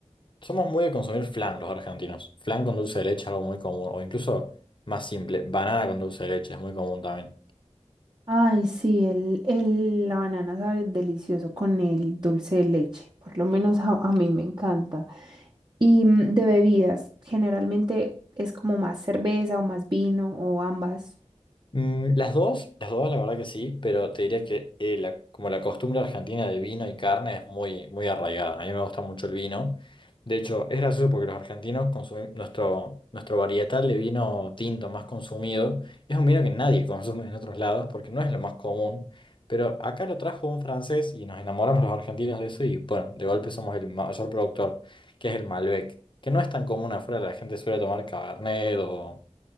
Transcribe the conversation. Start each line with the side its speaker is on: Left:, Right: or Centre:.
Left: Somos muy de consumir flan los argentinos. Flan con dulce de leche es algo muy común, o incluso más simple, banana con dulce de leche es muy común también.
Right: Ay, sí, el, el- la banana sabe delicioso con el dulce de leche, por lo menos a a mí me encanta. Y mm, de bebidas, generalmente es como más cerveza o más vino o ambas.
Left: Mm, las dos, las dos, la verdad que sí, pero te diría que eh, la- como la costumbre argentina de vino y carne es muy, muy arraigada. A mí me gusta mucho el vino. De hecho, es gracioso porque los argentinos consumimos nuestro, nuestro varietal de vino tinto más consumido. Es un vino que nadie <laughs> consume en otros lados porque no es lo más común. Pero acá lo trajo un francés y nos enamoramos los argentinos de eso y bueno, de golpe somos el mayor productor, que es el Malbec, que no es tan común afuera, la gente suele tomar Cabernet o